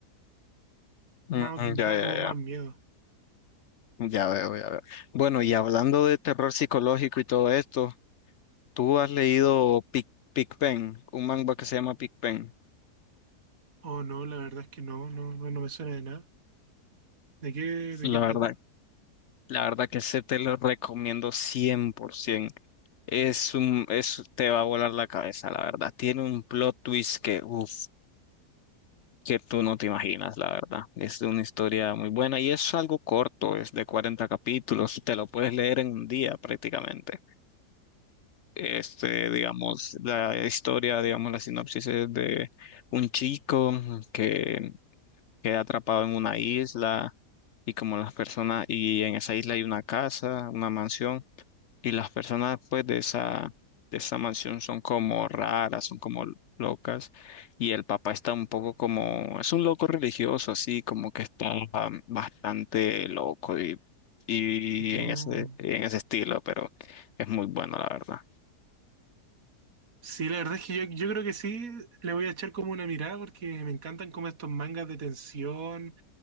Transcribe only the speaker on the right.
más,
da
como
más miedo.
Oh, no, la verdad es que no, no, no, no me suena de nada. ¿De qué, de
qué trata?
Oh.
Sí, la verdad es que yo, yo creo que sí, le voy a echar como una mirada porque me encantan como estos mangas de tensión